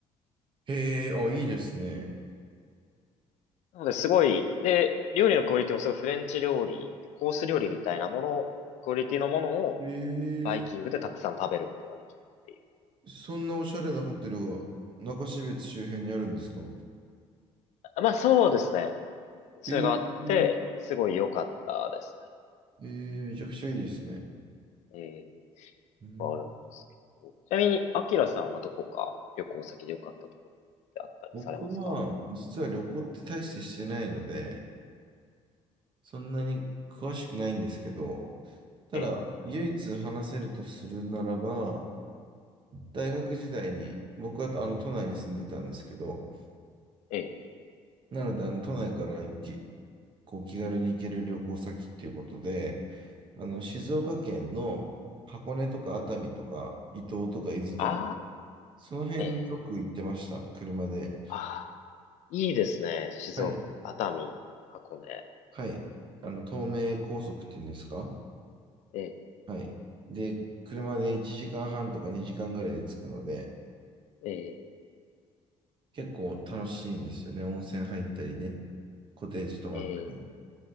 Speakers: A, on the right; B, on the left.
A: へえ、あ、いいですね。
B: なので、すごい、で、料理のクオリティもすごいフレンチ料理、コース料理みたいなもの、クオリティのものを
A: へえ。
B: バイキングでたくさん食べることができるっていう。
A: そんなおしゃれなホテルが中標津周辺にあるんですか
B: あまあ、そうですね。それがあって、
A: へえ。
B: すごい良かったですね。
A: えー、めちゃくちゃいいですね。
B: ええ、
A: うん
B: あるんですけど。ちなみに、アキラさんはどこか旅行先で良かったところってあったりされますか
A: 僕は、実は旅行って大してしてないので、そんなに詳しくないんですけど、ただ、
B: ええ、
A: 唯一話せるとするならば、大学時代に、僕はあの都内に住んでたんですけど、
B: ええ。
A: なので、あの都内から行き、こう気軽に行ける旅行先っていうことで、あの静岡県の箱根とか熱海とか伊東とか伊豆とか、
B: あ
A: その辺によく行ってました、
B: あ、ええ、
A: 車で。
B: ああ、いいですね。静岡、
A: はい。
B: 熱海、箱根。
A: はい。あの、東名高速っていうんですか
B: ええ、
A: はい。で、車で1時間半とか2時間ぐらいで着くので、
B: ええ、
A: 結構楽しいんですよね。温泉入ったりね、コテージ泊まったり。
B: ええ。